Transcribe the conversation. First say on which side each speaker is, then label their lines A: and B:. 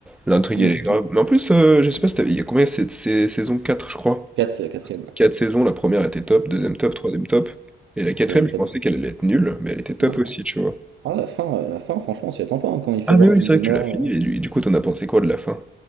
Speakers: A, in the centre; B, on the right (about 75°).
A: L'intrigue,
B: Hmm.
A: elle est grave. Mais en plus, euh, je sais pas si t'avais- Il y a combien? C'est c'est saison 4, je crois.
B: Quatre, c'est la quatrième, là.
A: quatre saisons, la première était top, deuxième top, troisième top. Et la quatrième,
B: Quatrième
A: je
B: top.
A: pensais qu'elle allait être nulle, mais elle était top
B: Ah, non.
A: aussi, tu vois.
B: Ah, la fin, euh, la fin, franchement, on s'y attend pas, hein, quand il fait
A: Ah
B: genre
A: mais oui,
B: qu'il
A: c'est vrai
B: est mort.
A: que tu l'as fini,
B: euh.
A: et du, et du coup, t'en as pensé quoi de la fin?